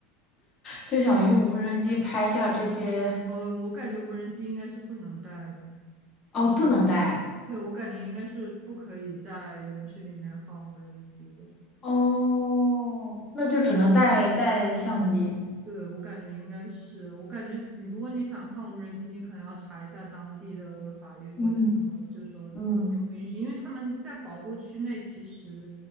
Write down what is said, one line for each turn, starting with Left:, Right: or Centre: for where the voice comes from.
Left: 就想用无人机拍下这些。
Right: 哦，我感觉无人机应该是不能带的。
Left: 哦，不能带啊
Right: 对，我感觉应该是不可以在园区里面放无人机的。
Left: 哦，那就只能带带相机。
Right: 对，我感觉应该是，我感觉你如果你想放无人机，你可能要查一下当地的法律或者什么，
Left: 嗯
Right: 就是说允不允许，
Left: 嗯，
Right: 因为他们在保护区内其实